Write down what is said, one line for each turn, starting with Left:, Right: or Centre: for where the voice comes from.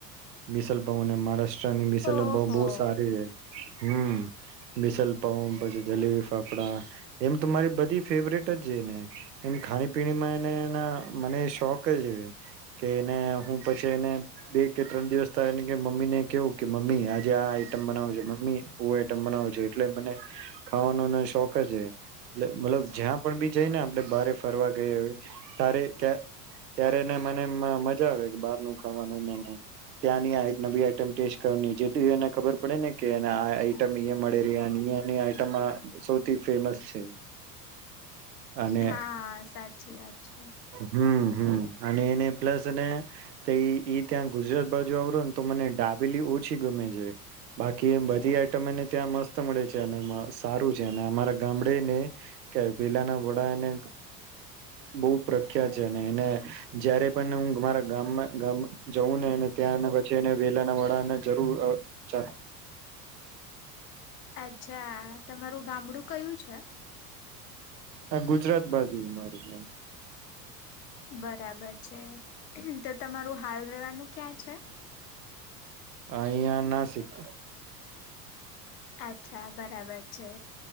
Right: મિસલપાવ ને મહારાસ ષ્ટ્રાની મીસલપાવ
Left: ઓહો.
Right: બહું સારી હે. હમ, મસલપઉ પછી જલીલી ફાફડા એમ તો મારી બધી ફેવરેટ જ છે. ને એની ખાણી, પીણી માં એને મને શોખ કેને હું પછી એને બે કે ત્રણ દિવસ મમ્મી ને કેવું કે મમ્મી આજે આઈટમ બનાવ જે. મમ્મી એવું આઈટમ બનાવું જે, એટલે મને ખાવાનો શોખ છે. એટ મતલબ જ્યાં પણ બી જઈને આપણે બારે ફરવા ગઈ ત ત્યારે મને મજા આવે બાર ન ખાવાનુંને ત્યાંની આ નવી આઈટ ટેસ્ટ કરવાની જે એને ખબર પડે ને કે <inaudible> મળે નઈ નઈ આઈટમ માં સૌથી ફેમસ છે. અને
Left: હા સાચી વાત છે.
Right: હમ હમ અને એને પ્લસ ને ત્યાં ગુજરાત બાજુ આવરો ને તો મને ડાબેલી ઓછી ગમે છે. બાકી એમ બધી ત્યા મસ્ત મળે છે અને સારું છે, અને અમારા ગામડે ને કે વેલાના વડાને બહ પ્રખ્યાત છે, એને જયારે પણ હરા ગામ ગ જઉં ને ત્યાં પછી વેલાના વડાને જરૂર ચ
Left: અચ્છા, તમારું ગામડું કયું છે?
Right: હ. ગુજરાત બાજુ. મારેમ
Left: બરાબર છે. તો, તમારું હાલ રવાનું ક્યા છે.
Right: અહયા, નાસિક
Left: અચ્છા, બરાબર છે.